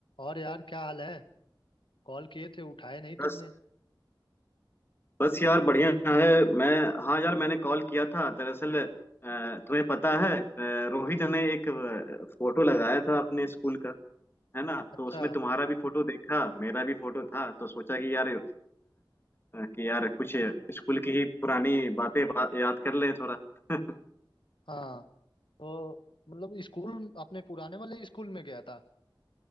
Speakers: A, on the left; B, on the left.
A: और यार क्या हाल है कॉल किए थे उठाए नहीं तुमने
B: बस बस यार बढ़िया है मैं हाँ यार मैंने कॉल किया था दरअसल अ, तुम्हें पता है अ, रोहित ने एक अ, फोटो लगाया था अपने स्कूल का है ना
A: अच्छा
B: तो उसमें तुम्हारा भी फोटो देखा मेरा भी फोटो था तो सोचा कि यार अ, अ, कि यार कुछ स्कूल की ही पुरानी बातें बा, याद कर लें थोड़ा <laughs>
A: हाँ तो मतलब स्कूल अपने पुराने वाले स्कूल में गया था